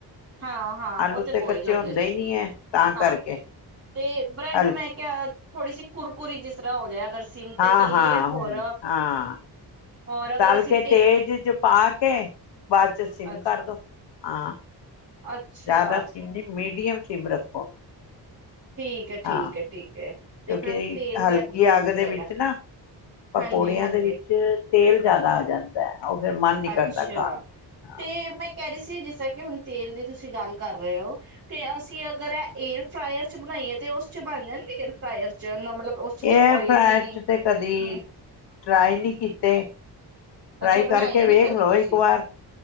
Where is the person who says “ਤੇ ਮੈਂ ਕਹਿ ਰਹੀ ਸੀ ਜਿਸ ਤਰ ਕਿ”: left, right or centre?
Right